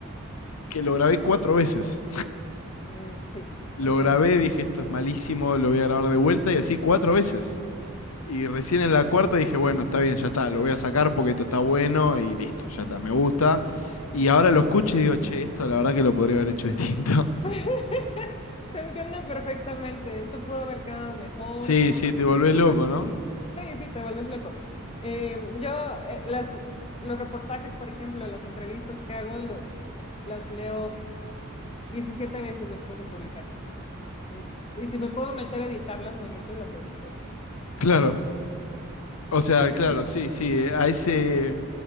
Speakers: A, on the left; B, on the left.
A: que lo grabé cuatro veces.
B: Mm, sí,
A: Lo
B: entiendo.
A: grabé, dije, esto es malísimo, lo voy a grabar de vuelta y así cuatro veces. Y recién en la cuarta dije, bueno, está bien, ya está, lo voy a sacar porque esto está bueno y listo, ya está, me gusta. Y ahora lo escucho y digo, che, esto la verdad que lo podría haber hecho <laughs> distinto.
B: <laughs> Te entiendo perfectamente. Esto pudo haber quedado mejor.
A: Sí,
B: ¿Cómo
A: sí,
B: no le
A: te
B: metí
A: volvés
B: esto
A: loco,
B: aquí?
A: ¿no?
B: Sí, sí, te vuelves loco. Eh, yo, eh, las, los reportajes, por ejemplo, las entrevistas que hago, lo- las leo 17 veces después de publicarlas, ¿no? Y si me puedo meter a editarlas, me meto y las edito.
A: Claro. O sea, claro,
B: Sí,
A: sí, sí. eh, A ese.